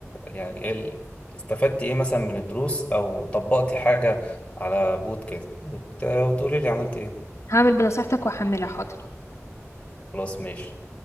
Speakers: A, on the left; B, on the left.
A: يعني ايه ال- استفدتي ايه مثلا من الدروس او طبقتي حاجه على بوت كده وت- وتقولي لي عملت ايه
B: هعمل بنصيحتك وهحملها حاضر
A: خلاص ماشي